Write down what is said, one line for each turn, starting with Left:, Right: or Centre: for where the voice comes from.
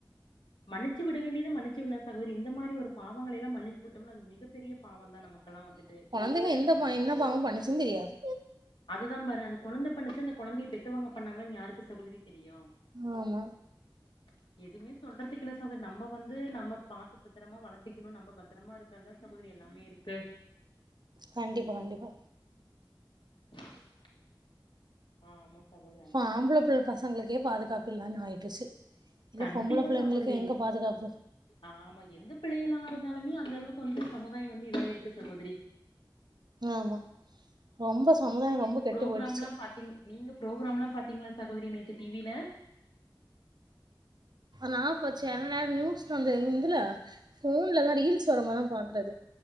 Left: <inaudible> மன்னிச்சு விட வேண்டியது மன்னிச்சு விலா சகோதரி இந்த மாரி ஒரு பாவங்கல எல்லா மன்னிச்சு விட்டோம்னா அது மிகப் பெரிய பாவந்தா நமக்கு அங்கல்லா வந்துட்டு
Right: இதுக எந்த என்ன பாவ பண்ணிச்சுன் தெரியாது
Left: அதுதா பாரு அந்த கொழந்த பண்ணுச்சா அந்த கொழந்தைய பெத்தவங்க பண்ணாங்களானு யாருக்கு சகோதரி தெரியு
Right: ஆமா
Left: <inaudible> எதுமே சொல்றதுக்கில்ல சகோதரி நம்ப வந்து நம்ப பாத்துகுறமா வளர்த்திக்கணு நம்ம பத்திரமா இருக் கதா சகோதரி எல்லாமே இருக்கு
Right: கண்டிப்பா கண்டிப்பா
Left: <inaudible> ஆமா சகோதர
Right: ப்ப ஆம்பள பிள்ளை பசங்களுக்கே பாதுகாப் பில்லனு ஆய்றுச்சு இல்ல
Left: கண்டிப்பா
Right: பொம்பள பிள்ளைங்களுக்கு
Left: சகோதரி
Right: எங்க பாதுகாப்பு
Left: ஆமா எந்த பிள்ளை எல்லா இருந்தாலுமே அந்த அளவுக்கு வந்து சமுதாய வந்து இதா இருக்கு சகோதரி
Right: ஆமா ரொம்ப சமுதாயோ
Left: நீங்க நேத்து
Right: ரொம்ப கெட்டு
Left: ப்ரோக்ராம்லா
Right: போயிடுச்சு
Left: பாத்தீங் நீங்க ப்ரோக்ராம்லா பாத்தீங்ளா சகோதரி நேத்து டிவில
Right: நான் போச்சு செல நேரோ நியூஸ் வந்த இதுல போன்லதா ரீல்ஸ் வரமதா பாக்குறது